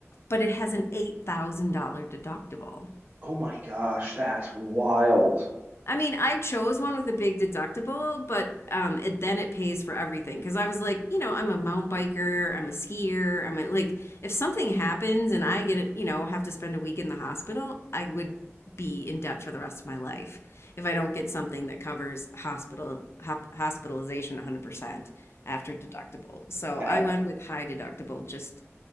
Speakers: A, on the left; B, on the right.
A: but it has an $8,000 deductible.
B: oh my gosh, that's wild.
A: I mean, I chose one with a big deductible, but um, it then it pays for everything because I was like, you know, I'm a mountain biker, I'm a skier, I'm a, like, if something happens and I get it, you know, have to spend a week in the hospital, I would be in debt for the rest of my life if I don't get something that covers hospital hop, hospitalization 100% after deductible. So
B: That
A: I went with high deductible just